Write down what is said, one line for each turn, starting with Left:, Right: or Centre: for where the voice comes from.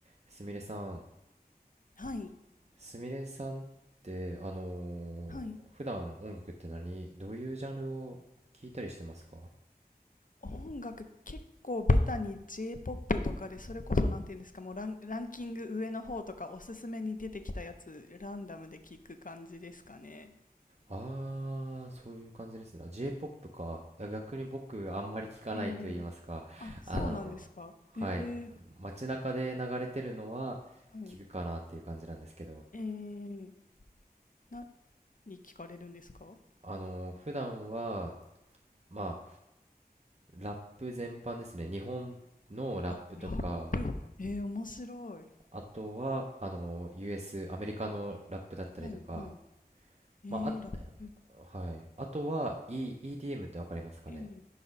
Right: すみれさん、
Left: はい、
Right: すみれさんってあの
Left: はい。
Right: ー普段音楽って何、どういうジャンルを聞いたりしてますか
Left: 音楽結構ベタに J-POP とかでそれこそなんていうんですかもうラン、ランキング上の方とかおすすめに出てきたやつランダムで聞く感じですかね。
Right: ああー、そういう感じですね。あ J-POP か。いや、逆に僕あんまり聞かないと言いますか。
Left: ええあ、そうなんですか。
Right: あの
Left: ええ
Right: ーはい。街中で流れてるのは聞くかなっていう感じなんですけど、
Left: はい。ええ何聞かれるんですか
Right: あのー普段は、まあ、ラップ全般ですね。日本のラップとか、
Left: あ、ラップ。ええ面白い。
Right: あとは、あの、US、アメリカのラップだったりとか、
Left: はいはい。ええラップ。
Right: まあ、あ、はい。あとは、E、EDM ってわかりますかね
Left: ええ